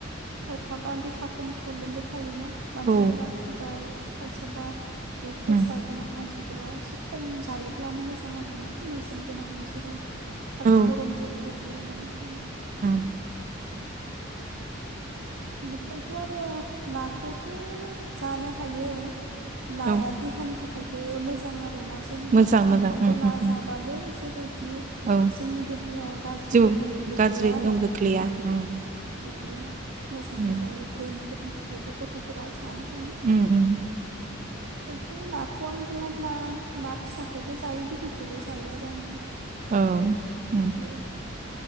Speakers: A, on the right; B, on the right.
A: खायफा बा देहाफोरनि पब्लेमबो थायोना। मानसिफोरा
B: औ
A: सुगार खायसाबा जे प्रेसार
B: उम
A: गोनां मानसि फोरा एसे खम जायोब्लानो मोजां आरोना मेजेम गोनां जिराद आरो
B: औ
A: गरम जायो दे। हाया बेनिखायनो
B: उम
A: बेनिफ्रायथ' आरो नाखौथ' जानो हायो। नाया
B: औ
A: देहानि थाखाय। बो मोजां आरो। <unintelligible> जेनेबा
B: मोजां
A: सानफ्रामबो
B: मोजां उम
A: ना
B: उम
A: जाबाबो
B: उम
A: जेबोदि
B: औ
A: जोंनि देहायाव गाज्रि
B: जेबो
A: गोहोम गोग्लैया
B: गाज्रि
A: आरो।
B: गोहोम खोख्लैया उम
A: गोग्लैया आरो। मोजां
B: उम
A: जायो ब्रेनफोरनि। थाखायबो गथ'फोरा जानो हायो।
B: उम उम।
A: फायथ' नाखौ आं बुङोब्ला ना फिसाखौबो जायो गिदिरखौबो जायो आरो आङो।
B: औ उम।
A: बिदि